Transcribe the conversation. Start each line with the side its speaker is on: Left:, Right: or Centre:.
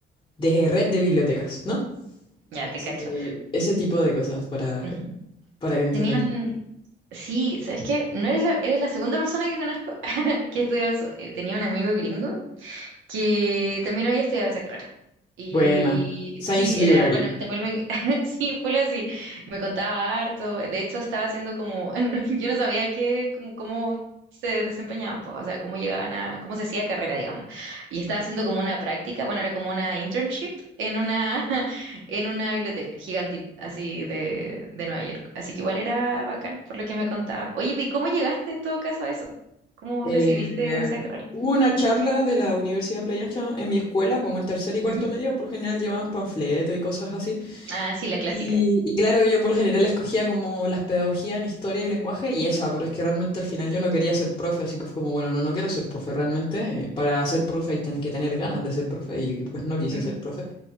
Left: de red de bibliotecas, ¿no?
Right: ya te
Left: Así
Right: cacho.
Left: que ese tipo de cosas para,
Right: Ujú.
Left: para que entiendan.
Right: Tenía un... Sí, ¿sabes qué? No eres la, eres la segunda persona que conozco <laughs> que estudia eso. Eh, tenía un amigo gringo que también había estudiado esa carrera. Y
Left: Buena. Science
Right: sí,
Left: Library.
Right: era, bueno, también me, <laughs> sí, fue así, me contaba harto, de hecho estaba haciendo como, <laughs> yo no sabía qué como, cómo se desempeñaban, pues, o sea, cómo llegaban a, cómo se hacía carrera, digamos. Y estaba haciendo como una práctica, bueno, era como una internship en una, <laughs> en una biblioteca gigantita, así de, de Nueva York. Así que igual era bacán, por lo que me contaba. Oye, ¿y cómo llegaste en todo caso a eso? ¿Cómo
Left: Eh,
Right: decidiste esa carrera?
Left: hubo una charla de la Universidad de Playa Ancha en mi escuela, como en tercer y cuarto
Right: Ujú.
Left: medio, por lo general llevaban panfletos y cosas así.
Right: Ah, sí, la clásica.
Left: Y, y claro, yo por lo general escogía como las pedagogías en historia y lenguaje y esa, pero es que realmente al final yo no quería ser profe, así que fue como, bueno, no, no quiero ser profe realmente. eh, Para ser profe hay ten- que tener ganas de ser profe y pues no quise
Right: Ujú,
Left: ser profe